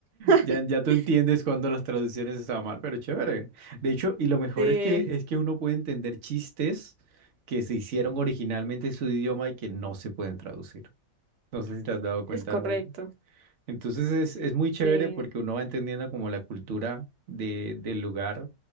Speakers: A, on the right; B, on the right.
A: <laughs>
B: ya, ya tú entiendes cuando las traducciones están mal, pero chévere. De hecho, y lo mejor
A: Sí,
B: es que es que uno puede entender chistes que se hicieron originalmente en su idioma y que no se pueden traducir. No sé si te has dado cuenta.
A: es correcto.
B: de eso. Entonces es, es muy chévere
A: Sí.
B: porque uno va entendiendo como la cultura de, del lugar